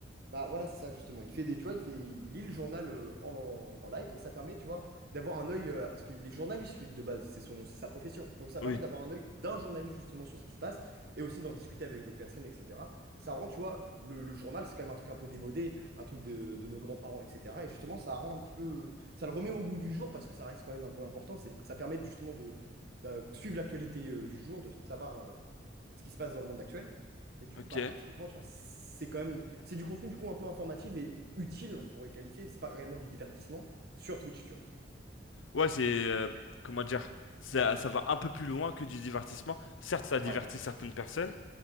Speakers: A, on the right; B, on the left.
A: Bah voilà, c'est ça justement. Il fait des, tu vois, il fait, il lit le journal euh, en, en live et ça permet, tu vois, d'avoir un œil euh, parce qu'il est journaliste lui de base, c'est son, c'est sa profession. Donc ça
B: Oui.
A: permet d'avoir un œil d'un journaliste justement sur ce qui se passe et aussi d'en discuter avec d'autres personnes, etc. Ça rend, tu vois, le, le journal c'est quand même un truc un peu démodé, un truc de, de nos grands-parents, etc. Et justement, ça rend un petit peu, ça le remet au goût du jour parce que ça reste quand même un peu important. C'est, ça permet justement de, de suivre l'actualité euh, du jour, de savoir. euh, ce qui se passe dans le monde actuel. Et du
B: Ok.
A: coup, bah, typiquement, tu vois, c'est quand même, c'est du contenu du coup un peu informatif et utile, on pourrait qualifier. C'est pas réellement du divertissement sur Twitch, tu vois.
B: Ouais, c'est... euh, comment dire? Ça, ça va un peu plus loin que du divertissement. Certes, ça divertit
A: Ouais.
B: certaines personnes,